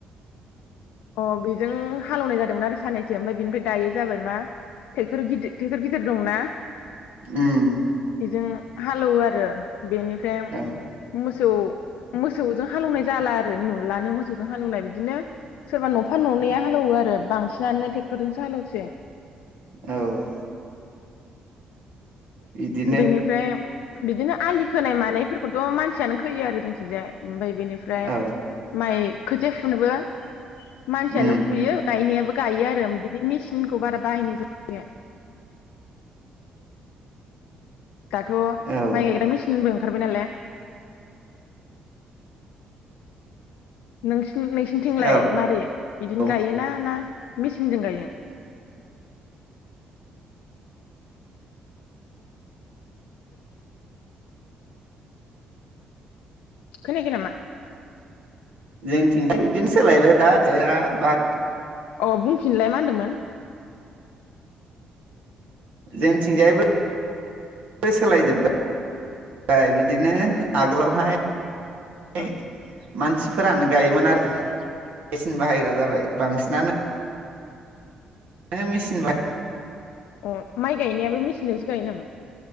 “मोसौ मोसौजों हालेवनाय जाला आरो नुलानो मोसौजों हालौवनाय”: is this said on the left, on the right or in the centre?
Left